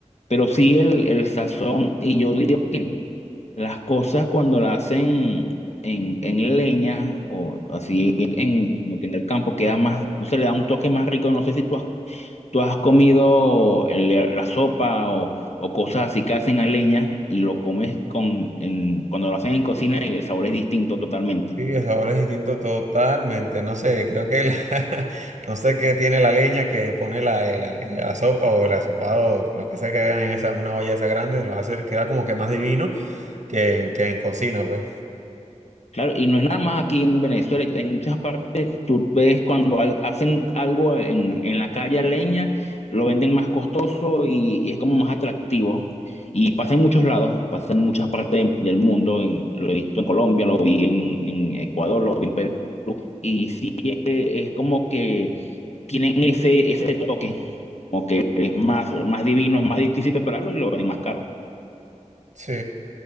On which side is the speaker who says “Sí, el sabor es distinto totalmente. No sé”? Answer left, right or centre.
Right